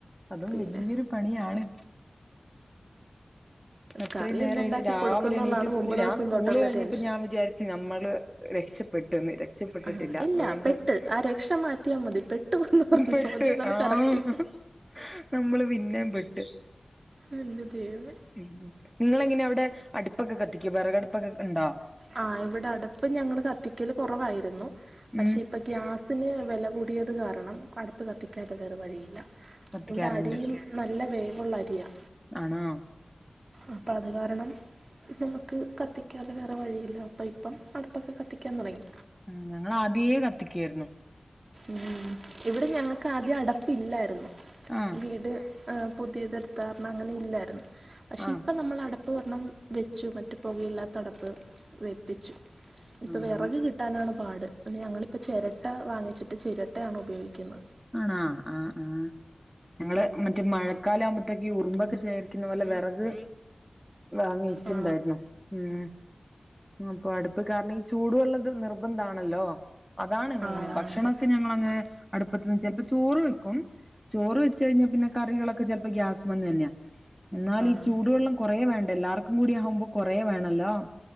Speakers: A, in the centre; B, on the right.
A: അതും
B: പിന്നെ
A: വലിയൊരു പണിയാണ്. അത്രേനേരം
B: കറി എന്തുണ്ടാക്കി
A: രാവിലെ
B: കൊടുക്കുന്നുള്ളതാണ്
A: എണീച്ച് സ്
B: മുമ്പ് ദിവസം
A: ഞാൻ സകൂള്
B: തൊട്ടുള്ള
A: കഴിഞ്ഞപ്പോ
B: ടെൻഷൻ
A: ഞാൻ വിചാരിച്ചു. നമ്മള് രക്ഷപ്പെട്ടുന്ന് രക്ഷപ്പെട്ടിട്ടില്ല
B: ആ ഇല്ല
A: വീണ്ടും
B: പെട്ട് ആ രക്ഷ മാറ്റിയാൽ മതി പെട്ടു എന്ന് പറഞ്ഞാൽ
A: പെട്ട്
B: മതി അതാണ്
A: ആഹാ..
B: കറക്റ്റ്
A: നമ്മള് പിന്നെയും പെട്ട്
B: എന്റെ ദൈവമേ
A: ഉം നിങ്ങളെങ്ങനെ അവിടെ അടുപ്പൊക്കെ കത്തിക്കോ വിറകടുപ്പൊക്കെ ഉണ്ടോ?
B: ആഹ് ഇവിടെ അടുപ്പ് ഞങ്ങൾ കത്തിക്കൽ കുറവായിരുന്നു പക്ഷെ
A: ഉം
B: ഇപ്പൊ- ഗ്യാസിന് വില കൂടിയത് കാരണം അടുപ്പ് കത്തിക്കതെ വെറെ വഴിയില്ല.
A: കത്തിക്കാറുണ്ട്
B: ഇവിടെ അരിയും നല്ല വേവുള്ള അരിയാ.
A: ആണോ?
B: അപ്പോ അത് കാരണം. ഇപ്പനമുക്ക് കത്തിക്കാതെ വേറെ വഴിയില്ല അപ്പം ഇപ്പം അടുപ്പൊക്കെ കത്തിക്കാൻ തുടങ്ങി.
A: ആ ഞങ്ങള ആദ്യേ കത്തിക്കയായിരുന്നു.
B: ഉം ഇവിടെ ഞങ്ങക്ക് ആദ്യം അടപ്പില്ലായിരുന്നു.
A: ആഹ്
B: വീട് ആ പുതിയത് എടുത്താർണം അങ്ങനെ ഇല്ലായിരുന്നു. പക്ഷെ
A: ആഹ്
B: ഇപ്പം നമ്മള് അടപ്പ് ഒരണ്ണം വെച്ചു മറ്റു പുകയില്ലാത്ത അടപ്പ് വെപ്പിച്ചു. ഇപ്പെ
A: ആഹ്
B: വിറക് കിട്ടാനാണ് പാട് ഞങ്ങളിപ്പോ ചിരട്ട വാങ്ങിച്ചിട്ട് ചിരട്ടാണ് ഉപയോഗിക്കുന്നത്.
A: ആണോ ആഹ് ആഹ് ഞങ്ങള് മറ്റേ മഴക്കാലം ആ കുമ്പഴത്തേക്ക് ഉറുമ്പൊക്കെ ശേഖരിക്കുന്നത് പോലെ വിറക് വാങ്ങിവച്ചിട്ടുണ്ടായിരുന്നു.
B: ആ
A: ഉം അപ്പൊ അടുപ്പ് കാരണം ഈ ചൂടുവള്ളത് നിർബന്ധം ആണല്ലോ. അതാണ് മെയ്ന്
B: ആ
A: ഭക്ഷണൊക്കെ
B: അതെ
A: ഞങ്ങളങ്ങനെ അടുപ്പി ചെൽപ്പോ ചോറ് വെക്കും. ചോറ് വെച്ച് കഴിഞ്ഞാ പിന്നെ കറികളൊ ചെൽപ്പോ ഗ്യാസ് വ തന്നെയ എന്നാൽ ഈ
B: ആ
A: ചൂടുവെള്ളം. കുറേ വേണ്ടേ എല്ലാവർക്കും കൂടി ആകുമ്പോ കൊറേ വേണല്ലോ